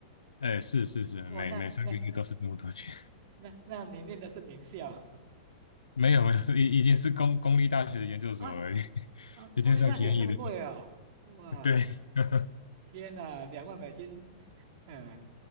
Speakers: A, on the left; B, on the right.
A: 哎，是是是，
B: 哇，
A: 每每三个月都是这么多钱，
B: 那那那那你念的是名校
A: 没有没有，是已已经是公公立大学的研究所了，
B: <laughs> 啊
A: 已经 <laughs>
B: 啊，
A: 已经算便宜的。
B: 公立大学这么贵哦，哇，
A: <laughs> 对，<laughs>
B: 天呐，两万美金，嗯